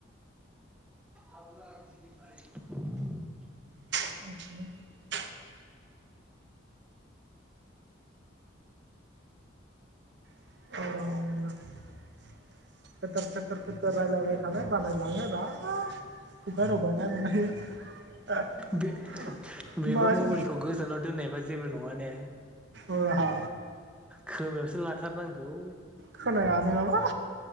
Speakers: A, in the centre; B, on the right.
A: <unintelligible>
B: <inaudible> <inaudible> फेथेर फेथेर रायजलायबाय थानो बानायलाङो रा खुगा रुमायनाय <unintelligible>
A: बे बेबो
B: माथो
A: मबाइलखौ गोजानाव दोननायबा जेबो नङा ने
B: औ हा
A: खोमायावसो लाथारनांगौ
B: खोनाया नोङाबा